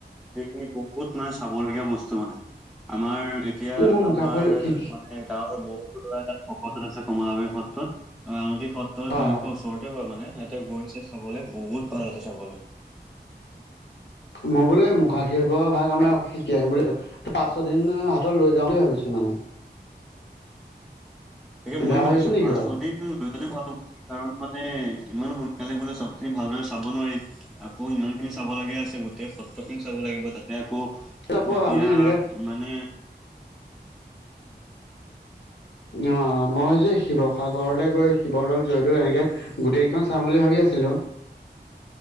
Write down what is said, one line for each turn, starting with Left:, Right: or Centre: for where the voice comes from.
Centre: সেইখিনি বহুত মানে চাবলগীয়া বস্তু মানে। আমাৰ এতিয়া
Left: মই মুখাশিল
Centre: আমাৰ
Left: শিকি
Centre: মানে গাঁৱৰ বহুত। <unintelligible> ভকত আছে কমলাবীৰ সত্ৰত ৰাজনৈতিক সত্ৰত
Left: হয়
Centre: তেওঁলোক।
Left: হয়
Centre: ওচৰতে হয় মানে সিহঁতে গৈছে চাবলৈ বহুত ভাল আছে চাবলৈ।
Left: মই বো মুখা শিল্পৰ ভাগ আম আ শিকি আহিম বুলি। পাঁচ ছ দিন হাতত লৈ যাওঁ বুলি ভাবিছো মানে।
Centre: তাকে ময়
Left: বেয়া
Centre: ভাবিছো
Left: নেকি
Centre: পাঁচ
Left: বাৰু
Centre: দিন। ত ভাল হ'ব নেকি কাৰণ মানে ইমান সোনকালে বোলে চব খিনি ভালদৰে চাব নোৱাৰিম। আকৌ ইমান খিনি চাব লগে আছে গোটেই সত্ৰ খিনি চাব লাগিব তাতে আকৌ।
Left: আকৌ
Centre: এতিয়া
Left: আমি এনেকে
Centre: মানে।
Left: অ', মই হৈছে শিৱসাগৰলৈ গৈ শিৱদৌল যয়তু তেনেকে। গোটেইকেইখন চাম বুলি ভাবি আছিলো।